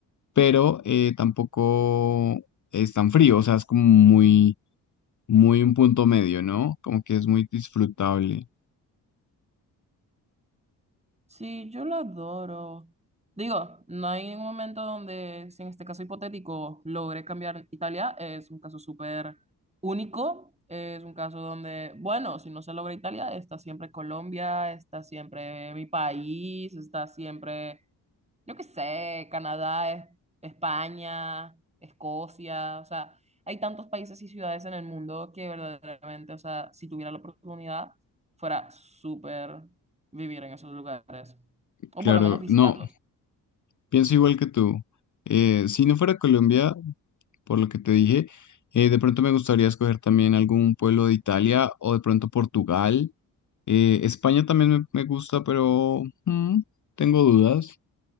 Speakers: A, on the left; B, on the right.
A: pero eh, tampoco es tan frío, o sea, es como muy muy un punto medio, ¿no? Como que es muy disfrutable.
B: Sí, yo la adoro. Digo, no hay un momento donde, si en este caso hipotético, logré cambiar Italia. Es un caso súper único. Es un caso donde, bueno, si no se logra Italia, está siempre Colombia, está siempre mi país, está siempre Yo qué sé, Canadá, Es- España, Escocia, o sea, hay tantos países y ciudades en el mundo que verdaderamente, o sea, si tuviera la oportunidad, fuera súper vivir en esos lugares, o
A: Claro,
B: por lo menos visitarlos.
A: no, pienso igual que tú. Eh, si no fuera Colombia, por lo que te dije, eh, de pronto me gustaría escoger también algún pueblo de Italia o de pronto Portugal. Eh, España también me, me gusta, pero mm, tengo dudas.